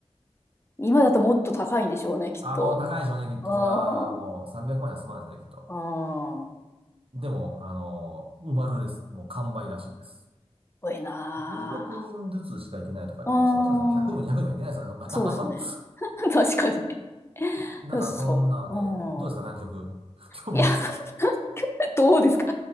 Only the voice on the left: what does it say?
今だともっと高いんでしょうね、きっと。
うん。
うん。
多
いな
ー。
うん。
そうですね。<laughs> 確かにね。
でもそう。
うん。
いや、<laughs> どうですか。